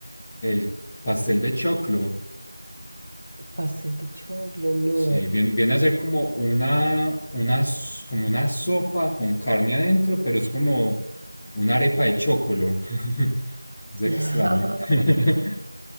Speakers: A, in the centre; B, on the right.
A: el pastel de choclo.
B: Pastel de choclo, no.
A: Sí, bien- viene a ser como una, una, s- como una sopa con carne adentro, pero es como una arepa de chocolo. <laughs> Es extraño.
B: <laughs>
A: <laughs>